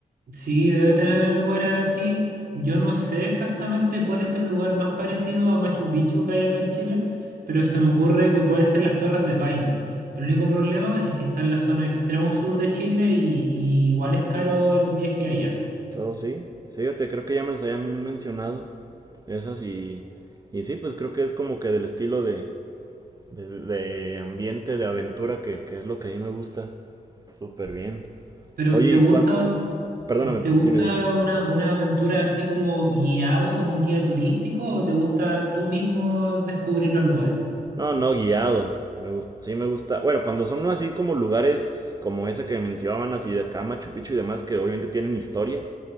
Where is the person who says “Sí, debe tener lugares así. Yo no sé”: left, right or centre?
Right